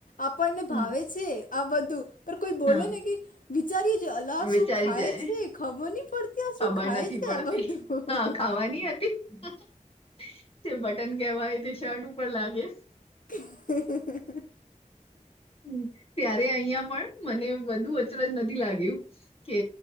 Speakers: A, on the left; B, on the left.
A: આપણને
B: હમ
A: ભાવે છે, આ બધું પણ કોઈ બોલે
B: હા
A: ને કે વિચારીએ છે અલાહ
B: વિચારી
A: શું ખાય
B: જાય
A: છે, ખબર નહ પડતી. આ
B: ખબર
A: શું ખાય
B: નથી
A: છે
B: પડતી
A: આ બધું
B: હ ખાવાની હતી, <unintelligible> તે બટન કેવાય તે શર્ટ ઉપર લાગે
A: <unintelligible>
B: હ ત્યારે અહં પણ મને બધું અચરજ નથી લાગ્યું. કે